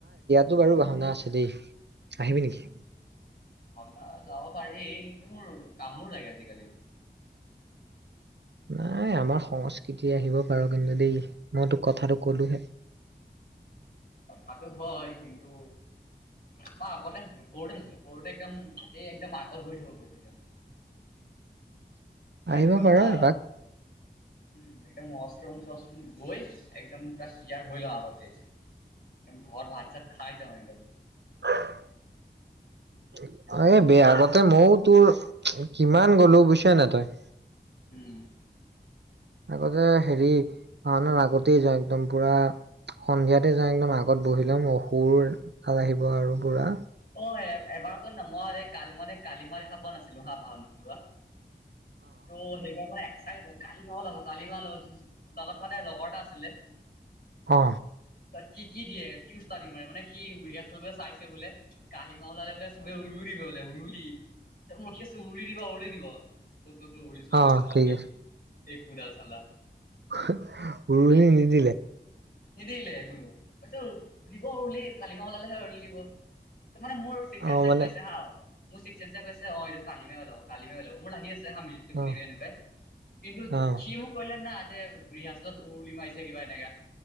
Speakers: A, on the right; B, on the left.
A: টো বাৰু ভাওনা আছে দেই আহিবি নেকি?
B: ভাওনা যাব পাৰি। কিন্তু, মোৰ কামোৰ লাগে আজিকালি।
A: নাই আমাৰ সংস্কৃতি আহিব পাৰো কিন্তু দেই মইতোক কথাটো কলোহে। <inaudible>
B: কথাটো হয়, কিন্তু মই আগতে আছিলো। সৰুতে আহিছিলো। সৰুতে একদম এই একদম আগত বহি থাকো গৈ পিনে।
A: আহিব
B: একদম
A: পাৰ
B: পোৰা,
A: এপাক
B: উম' একদম উৱছৰুম চোৱছৰুম গৈ এক একদম পৰা ক্লিয়াৰ হৈ লওঁ আগতে। ঘৰত ভাত চাত খাই যাওঁ একদম।
A: <unintelligible>
B: একদম
A: এই
B: একদম
A: বে আগতে মইও তোৰ কিমান গলো বুইছ নে তই।
B: উম।
A: আগতে হেৰি মানুহৰ আগতেই যাওঁ একদম পুৰা সন্ধিয়াতে যাওঁ একদম আগত বহি লম, অসুৰ তাত আহিব আৰু পুৰা
B: অ' এবাৰ শুন না মই কালি মানে কালি মা দেখা পোৱা নাছিলো হা ভাওনাত উলোৱা। ত' সেইবাৰ মই এক কালিমা উলাব, কালিমা উলাব, লগত মানে লগৰ এটা আছিলে।
A: অ।
B: তাত সি কি দিয়ে, কি উস্তাদি মাৰে মানে সি ৰিহাচল বুলে চাইছে বোলে, কালিমা ওলালে বোলে চবে উৰুলো দিব। উৰুলি। ৰখি আছো উৰুলি দিব উৰুলি দিব। একো ছেকো ওৰুলি চুৰুলি
A: অ
B: নিদিলে চাল্লা,
A: ঠিক আছে
B: একোদাল চাল্লা।
A: উৰুলি নিদিলে?
B: নিদিলে কোনো, পিছত দিব উৰুলি। কালিমা ওলালেহে উৰুলি দিব। মানে মোৰ চিকচেঞ্জে
A: অ মানে
B: কৈ আছে হা, মোৰ চিক চেঞ্জে কৈছে, অ এইটো কালিমায়ে ওলাব কালিমায়ে ওলাব, মোৰ লাগি আছে। তাহা মিউজিকটো শুনিলে
A: অ
B: এনেকুৱাই। কিন্তু
A: অ
B: সি মোক কলে না আজ ৰিহাৰ্চেলত উৰুলি মাৰিছে কিবা এনেকা।